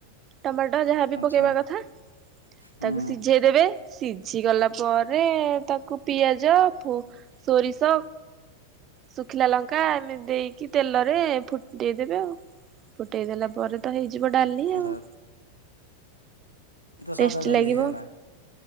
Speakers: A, on the right (about 30°); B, on the left (about 90°).
A: ଟମାଟୋ ଯାହାବି
B: ଆଚ୍ଛା
A: ପକେଇବା କଥା
B: ହୁଁ
A: ତାକୁ ସିଝେଇ ଦେବେ ସିଝି ଗଲା ପରେ ତାକୁ ପିଆଜ ଫୋ ସୋରିଷ ଶୁଖିଲା ଲଙ୍କା ଏମିତି ଦେଇକି ତେଲରେ ଫୁଟେଇଦବେ ଆଉ ଫୁଟେଇଦଲା ପରେ ତ ହେଇଯିବ ଡାଲି
B: ଆଚ୍ଛା
A: ଆଉ।
B: ଏତ
A: ଟେଷ୍ଟି
B: ସାଧା ଡାଲି
A: ଲାଗିବ
B: ହେଇଗଲା